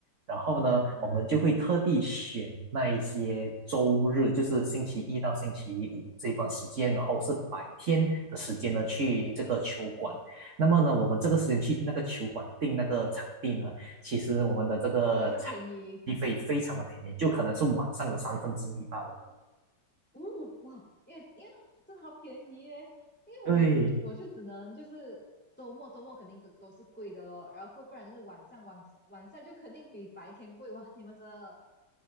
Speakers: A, on the right; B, in the centre.
A: 然后呢，
B: 啊，
A: 我们就会特地选那一些周日，就是星期一到星期五这段时间，然后是白天的时间呢，去这个球馆。那么呢，我们这个时间去那个球馆订那个场地呢，其实我们的这个场
B: 会比较便宜
A: 地费非常的便宜，就可能是晚上的三分之一罢了。
B: 啊。哦，哇，因为因为真的好便宜耶！因为我每次我就只能就是周末周末肯定都都是贵的咯，
A: 对，
B: 然后够不然就是晚上晚晚上就肯定比白天贵哇！你们真的